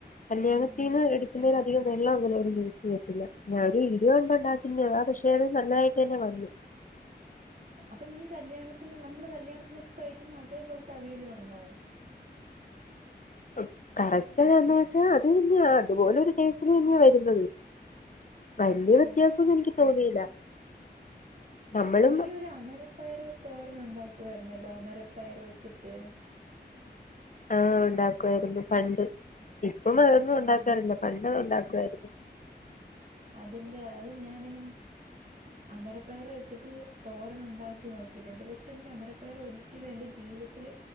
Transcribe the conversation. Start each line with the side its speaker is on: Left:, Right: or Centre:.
Left: കല്യാണ
Right: ഉം.
Left: ത്തീന്ന് എടുക്കുന്നതിനാ അധികം വെള്ളം അങ്ങനെ അവര് യൂസ് ചെയ്യത്തില്ല, <unintelligible> ങ്ങളന്ന് ഇണ്ടാക്കിയില്യോ ആ <unintelligible> നന്നയിട്ടന്നെ വന്നു.
Right: അപ്പൊ നീ കല്യാണത്തിന് നമ്മള് കല്യാണത്തിനക്കെ കഴിക്കുന്ന അതേപോലെത്തെ അവിയല് വന്നോ?
Left: ഉംകറക്റ്റ് വന്നച്ച അത് ഇനിയാ അത് തന്നെയാ, അതുപോലെ ഒരു ടേസ്റ്റിലന്നയാ വരുന്നത്. വല്യ വ്യത്യാസം
Right: ഓ
Left: ഒന്നു എനിക്ക് തോന്നിയില്ല നമ്മളും
Right: നീ ഒരു അമരപ്പയർ തോരനുണ്ടാ പക്കുവായിരുന്നല്ലോ? മരപ്പയറ വെച്ചിട്ട്
Left: ആഹ് ഉണ്ടാക്കുായിരുന്നു, പണ്ട് ഇപ്പം അതൊന്നും ഉണ്ടാക്കാറില്ല
Right: ആഹ്
Left: പണ്ടത് ഉണ്ടാക്കും <unintelligible>
Right: അതിന്റെ അത് ഞാനിങ്ങനെ അമരപ്പയറ വെച്ചിട്ട് തോരൻ ഉണ്ടാക്കി നോക്കിയിട്ടുണ്ട്, പക്ഷെ എനിക്ക് അമരപ്പയറ ഒരിക്കലും എന്റെ ജീവിതത്തില്